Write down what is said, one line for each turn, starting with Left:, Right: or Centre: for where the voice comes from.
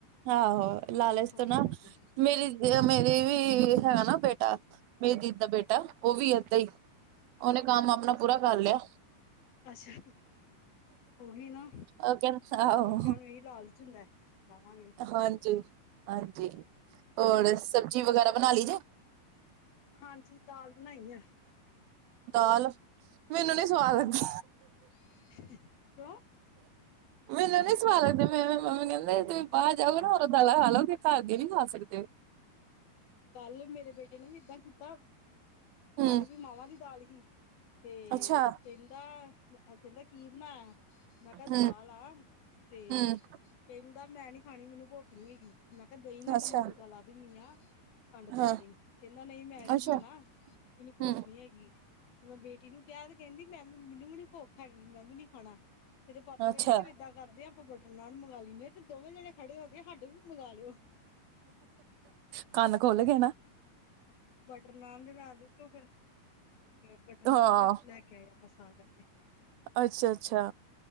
Right: ਆਹੋ
Left: ਹੁਣ
Right: ਲਾਲਚ
Left: ਵੇਖੋ
Right: ਤੋਂ
Left: ਕੀ
Right: ਨਾ,
Left: ਕਰਦੇ
Right: ਮੇਰੀ ਮੇਰੇ ਵੀ ਹੈਗਾ ਨਾ ਬੇਟਾ, ਮੇਰੀ ਦੀਦੀ ਦਾ ਬੇਟਾ ਉਹ ਵੀ ਏਦਾਂ ਈ। ਉਹਨੇ ਕੰਮ ਆਪਣਾ
Left: ਅਸ
Right: ਪੂਰਾ ਕਰ ਲਿਆ।
Left: ਅੱਛਾ, ਉਹੀ ਨਾ
Right: ਉਹ ਕਹਿੰਦਾ ਆਹੋ
Left: ਬੱਚਿਆਂ ਨੂੰ ਇਹੀ ਲਾਲਚ ਹੁੰਦਾ। ਜਾਵਾਂਗੇ।
Right: ਹਾਂਜੀ, ਹਾਂਜੀ ਹੋਰ ਸਬਜ਼ੀ ਵਗੈਰਾ ਬਣਾ ਲਈ ਜੇ?
Left: ਹਾਂਜੀ ਦਾਲ ਬਣਾਈ ਆ।
Right: ਦਾਲ ਮੈਨੂੰ ਨੀ ਸਵਾਦ
Left: ਹਾਂਜੀ।
Right: ਲੱਗਦੀ
Left: ਕਿਉਂ
Right: ਸਵੇਰੇ ਸਵਾ ਲੱਗਦੇ ਮੇਰੇ ਮੰਮੀ ਕਹਿੰਦੇ ਤੁਸੀਂ ਬਾਹਰ ਜਾਓਗੇ ਨਾ ਉਦੋ ਦਾਲਾ ਖਾ ਲਓਗੇ ਘਰ ਦੇ ਨੀ ਖਾ ਸਕਦੇ।
Left: ਕੱਲ ਮੇਰੇ ਬੇਟੇ ਨੇ ਵੀ ਇਦਾਂ ਕੀਤਾ
Right: ਹੂੰ
Left: ਕੱਲ ਵੀ ਮਾਵਾਂ ਦੀ ਦਾਲ ਹੀ। ਤੇ
Right: ਅੱਛਾ
Left: ਕੇਂਦਾ ਏ ਕੈਂਦਾ ਕੀ ਬਣਾਇਆ। ਮੈਂ ਕਾ ਦਾਲ
Right: ਹੂੰ
Left: ਆ ਤੇ
Right: ਹੂੰ
Left: ਕੈਂਦਾ ਮੈਂ ਨੀ ਖਾਣੀ ਮੈਨੂੰ ਭੁੱਖ ਨੀ ਹੈਗੀ ਮੈਂ ਮੈਂ ਕਾ ਦਈ ਨਾਲ
Right: ਅੱਛਾ
Left: ਤੇੈਨੂੰ ਫੁਕਾ ਲਾ ਦਿੰਨੀ ਆ ਖੰਡ ਪਾ
Right: ਹਾਂ
Left: ਕੇ ਕੈਂਦਾ ਨਈ ਮੈਂ ਨੀ
Right: ਅੱਛਾ
Left: ਖਾਣਾ ਮੈਨੂੰ ਭੁੱਖ
Right: ਹੂੰ
Left: ਨੀ ਹੈਗੀ। ਮੈਂ ਬੇਟੀ ਨੂੰ ਕਿਆ ਵੀ ਕੈਂਦੀ ਮੈਂ ਵੀ ਮੈਨੂੰ ਵੀ ਨੀ ਭੁੱਖ ਹੈਗੀ ਮੈਂ ਵੀ ਨੀ ਖਾਣਾ। ਮੇਰੇ ਪਾਪਾ
Right: ਅੱਛਾ
Left: ਕੈਂਦੇ ਫਿਰ ਇਦਾਂ ਕਰਦੇ ਆ ਆਪਾਂ ਬਟਰ ਨਾਨ ਮੰਗਾਂ ਲੀਨੇ ਆ ਤੇ ਦੋਵੇਂ ਜਣੇ ਖੜੇ ਹੋ ਕੇ ਸਾਡੇ ਵੀ ਮੰਗਵਾ ਲਿਓ।
Right: ਕੰਨ ਖੁਲਗੇ ਨਾ।
Left: ਬਟਰ ਨਾਨ ਦੇ ਲਾ <unintelligible> ਫਿਰ ਬਟਰ ਨਾਨ
Right: ਹਾਂ
Left: ਫਿਰ ਲੈ ਕੇ ਆਏ ਆਪਾਂ ਸਾਰਿਆਂ ਦੇ।
Right: ਅੱਛਾ-ਅੱਛਾ